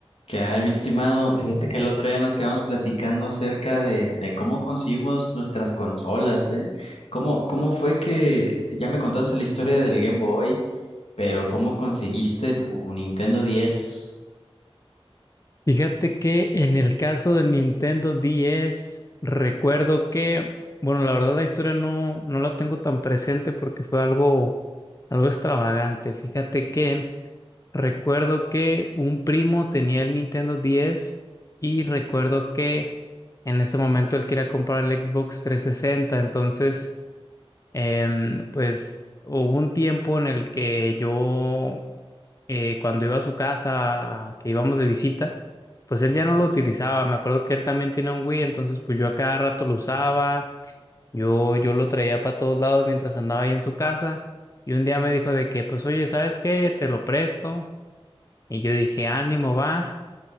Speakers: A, on the left (about 80°); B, on the left (about 35°).
A: Que hay, mi estimado? Fíjate que el otro día nos quedamos platicando acerca de, de cómo conseguimos nuestras consolas, ¿eh? ¿Cómo, cómo fue que ya me contaste la historia del Game Boy, pero cómo conseguiste tu Nintendo 10?
B: Fíjate que en el caso del Nintendo 10, recuerdo que, bueno, la verdad la historia no, no la tengo tan presente porque fue algo, algo extravagante. Fíjate que recuerdo que un primo tenía el Nintendo 10 y recuerdo que en ese momento él quería comprar el Xbox 360, entonces, em, pues hubo un tiempo en el que yo eh, cuando iba a su casa, que íbamos de visita, pues él ya no lo utilizaba. Me acuerdo que él también tenía un Wii, entonces pues yo a cada rato lo usaba. Yo, yo lo traía para todos lados mientras andaba ahí en su casa. Y un día me dijo de que, pues oye, ¿sabes qué? Te lo presto. Y yo dije, ánimo, va.